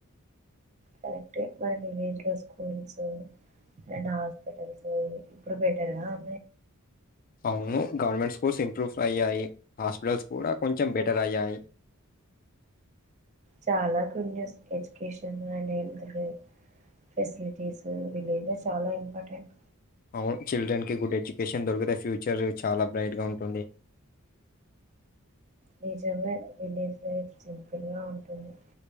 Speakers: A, on the right; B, on the left.
A: కరెక్ట్ మన విలేజ్ లో స్కూల్స్ రండ్ హాస్పిటల్స్ ఇప్పుడు బెటరా అ
B: అవును గవర్నమెంట్ స్కూల్స్ ఇంప్రూవ్ అయ్యాయి హాస్పిటల్స్ కూడా కొంచెం బెటర్ అయ్యాయి
A: చాలా గున్ని ఎడ్యుకేషన్తు ఫెసిలిటీస్ విలేజ్ లో చాలా ఇంపార్టెంట్
B: అవును చిల్డ్రన్ కి గుడ్ ఎడ్యుకేషన్ దొరికుతే ఫ్యూచర్ చాలా బ్రైట్ గా ఉంటుంది
A: నిజమే విలేజ్ లైఫ్ సింపుల్గా ఉంటుంది